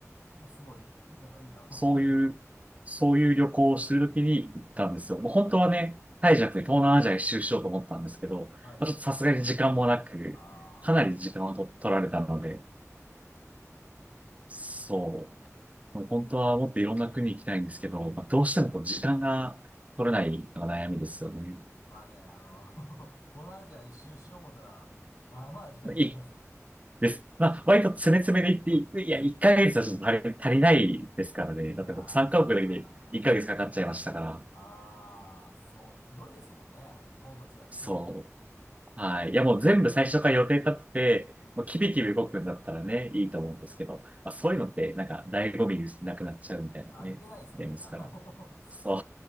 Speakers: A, on the left; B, on the right.
A: え、すごい。なんかいいな、
B: そういう、
A: <laughs> リグロ。
B: そういう旅行をしてるときに行ったんですよ。もう本当はね、タイじゃなくて東南アジア一周しようと思ったんですけど、まあちょっとさすがに時間もなく、
A: はい。あ
B: かなり時間をと取られたので、
A: あ、はいはいはい。
B: そう。もう本当はもっといろんな国行きたいんですけど、まあ、どうしてもこう時間が取れないのが悩みですよね。
A: まあね、あの、<laughs> 東南アジア一周しよう思ったら、まあまあ時間かかりますよね。
B: まあいいです。まあ、割と詰め詰めで行って、いや、1ヶ月はちょっと足り、足りないですからね。
A: あ
B: だって僕3カ国だけで1ヶ月かかっちゃいましたから。
A: あ、ああ、そう、広いですもんね。日本と違って。
B: そう。はい。いや、もう全部最初から予定立ってて、
A: うん。
B: もうキビキビ動くんだったらね、いいと思うんですけど、まあ、そういうのって、なんか、醍醐味なくなっちゃうみたいなね、
A: 味気ないですよね。
B: あますから。
A: あの
B: そ